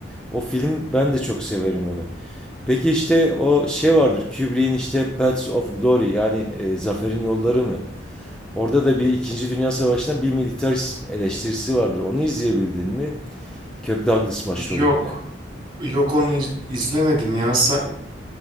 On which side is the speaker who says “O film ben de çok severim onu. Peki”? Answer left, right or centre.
Centre